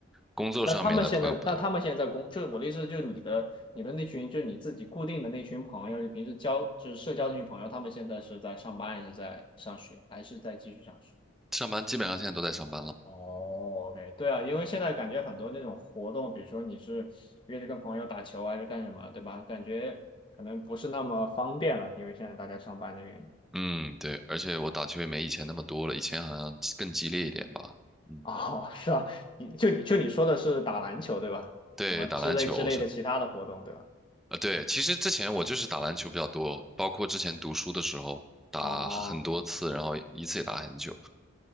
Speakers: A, in the centre; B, on the left (about 25°).
A: 工作上面的朋友不多，
B: 那他们现在，那他们现在在工，就是我的意思，就是你的你的那群，就你自己固定的那群朋友，就平时交就是社交这群朋友，他们现在是在上班，还是在上学，还是在继续上学？
A: 上班基本上现在都在上班了。
B: 哦，OK，对啊，因为现在感觉很多那种活动，比如说你是约着跟朋友打球还是干什么，对吧？感觉可能不是那么方便了，因为现在大家上班的原因。
A: 嗯，对，而且我打球也没以前那么多了，以前好像更激烈一点吧。
B: <laughs>
A: 嗯，
B: 哦，是啊，你就你就你说的是打篮球，对吧？
A: 对，
B: 什么之类之类的其他的活动，
A: 打篮球，我说
B: 对吧？
A: 啊，对，其实之前我就是打篮球比较多，包括之前读书的时候打很多次，
B: 哦。
A: 然后一次也打很久，